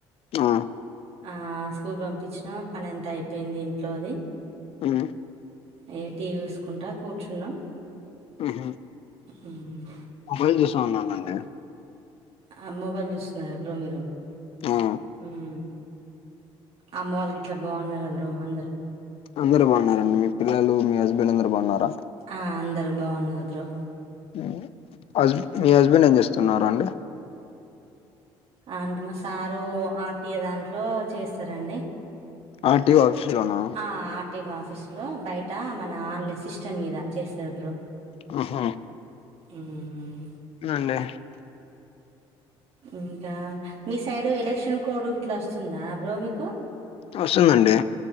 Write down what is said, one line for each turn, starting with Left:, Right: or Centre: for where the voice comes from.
Left: ఆ
Right: ఆ స్కూల్ పంపించినా పనంతా అయిపోయింది ఇంట్లోది
Left: మ్మ్
Right: ఇగ టీవీ చూసుకుంటా కూర్చున్నాం
Left: మ్మ్ హు
Right: ఉమ్,
Left: మొబైల్ చూస్తాన్నానండి
Right: ఆ మొబైల్ చూస్తున్నార బ్రో మీరు
Left: ఆ
Right: మ్మ్ అమ్మ వాళ్ళు గిట్ల బాగున్నరా బ్రో అందరు
Left: అందరు బాగున్నారండి మీ పిల్లలు మీ హస్బెండ్ అందరు బాగున్నారా
Right: ఆ అందరు బాగున్నారు బ్రో
Left: మ్మ్ హస్బ మీ హస్బెండ్ ఏం చేస్తున్నారండి
Right: అండ్ మా సారు ఆర్టీయ దాంట్లో చేస్తారండి
Left: ఆర్. టి. ఒ ఆఫీస్లోనా
Right: ఆ ఆర్. టి. ఒ ఆఫీసులో బయట మన ఆన్లైన్ సిస్టమ్ మీద చేస్తది బ్రో
Left: అహా
Right: మ్మ్
Left: అవునండి
Right: ఇంకా మీ సైడు ఎలక్షన్ కోడ్ ఇట్లా వస్తుందా బ్రో మీకు
Left: వస్తుందండి